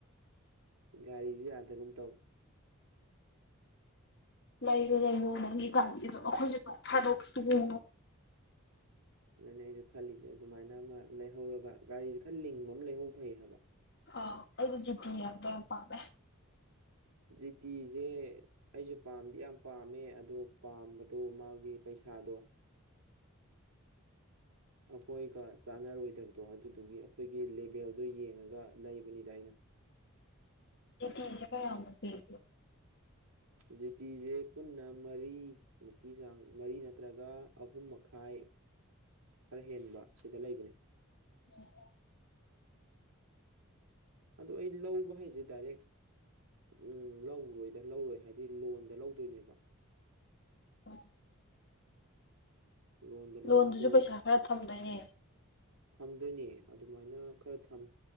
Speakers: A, on the right (about 85°); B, on the left (about 50°).
A: ꯒꯥꯔꯤꯁꯨ ꯌꯥꯗꯒꯨꯝ ꯇꯧ
B: ꯂꯩꯔꯣ ꯂꯩꯔꯣ ꯅꯪꯒꯤ ꯀꯥꯟꯒꯤꯗꯣ ꯑꯩꯈꯣꯏꯁꯨꯣꯛ ꯊꯥꯗꯣꯛꯉꯣ
A: ꯑꯗꯨꯅ ꯑꯩꯁꯨ ꯈꯜꯂꯤꯁꯦ ꯑꯗꯨꯃꯥꯏꯅ ꯑꯃ ꯂꯩꯍꯧꯔꯒ ꯒꯥꯔꯤꯁꯦ ꯈꯔ ꯂꯤꯡꯕ ꯑꯃ ꯂꯩꯍꯧ ꯐꯩ ꯍꯥꯏꯕ
B: ꯑ ꯑꯩꯗꯤ ꯖꯤꯇꯤ ꯌꯥꯝ ꯀ ꯌꯥꯝ ꯄꯥꯝꯃꯦ
A: ꯖꯤꯇꯤꯁꯦ ꯑꯩꯁꯨ ꯄꯥꯝꯗꯤ ꯌꯥꯝ ꯄꯥꯝꯃꯦ ꯑꯗꯨꯣ ꯄꯥꯝꯕꯗꯣ ꯃꯥꯒꯤ ꯄꯩꯁꯥ ꯁꯥꯥꯗꯣ ꯑꯩꯈꯣꯏꯒ ꯆꯥꯟꯅꯔꯣꯏꯗꯕꯗꯣ ꯑꯗꯨꯗꯨꯒꯤ ꯑꯩꯈꯣꯏꯒꯤ ꯂꯦꯚꯦꯜꯗꯨꯣ ꯌꯦꯡꯉꯒ ꯂꯩꯕꯅꯤꯗ ꯑꯩꯅ
B: ꯊꯤꯁꯦ ꯀ ꯌꯥꯝ ꯄꯒ
A: ꯖꯤꯇꯤꯁꯦ ꯄꯨꯟꯅ ꯃꯔꯤꯃꯨꯛꯀꯤ ꯆꯥꯡ ꯃꯔꯤ ꯅꯠꯇ꯭ꯔꯒ ꯑꯍꯨꯝ ꯃꯈꯥꯏ ꯈꯔ ꯍꯦꯟꯕ ꯁꯤꯗ ꯂꯩꯕꯅꯦ
B: ꯑꯣ
A: ꯑꯣ ꯑꯩ ꯂꯧꯕ ꯍꯥꯏꯁꯦ ꯗꯥꯏꯔꯦꯛ ꯎꯝ ꯂꯧꯔꯣꯏꯗ ꯂꯧꯔꯣꯏ ꯍꯥꯏꯕꯗꯤ ꯂꯣꯟꯗ ꯂꯧꯗꯣꯏꯅꯦꯕ
B: ꯎꯝ
A: ꯂꯣꯟꯗ ꯂꯧꯕꯗꯣ
B: ꯂꯣꯟꯗꯨꯁꯨ ꯄꯩꯁꯥ ꯈꯔ ꯊꯝꯗꯣꯏꯅꯦ
A: ꯊꯝꯗꯣꯏꯅꯦ ꯑꯗꯨꯃꯥꯏꯅ ꯈꯔ ꯊꯝ